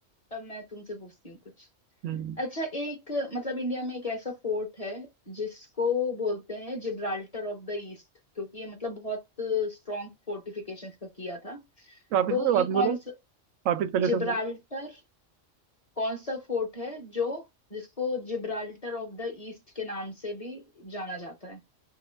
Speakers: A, on the left; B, on the right.
A: अब मैं तुमसे पूछती हूँ कुछ
B: हम्म
A: अच्छा एक मतलब इंडिया में एक ऐसा फोर्ट है जिसको बोलते हैं जिब्राल्टर ऑफ द ईस्ट क्योंकि ये मतलब बहुत स्ट्रॉन्ग फोर्टिफिकेशंस का किया था
B: वापिस
A: तो
B: वापिस
A: ये
B: बोलो
A: कौन सा
B: वापिस पहले
A: जिब्राल्टर
B: तो बोला
A: कौन सा फोर्ट है जो जिसको जिब्राल्टर ऑफ द ईस्ट के नाम से भी जाना जाता है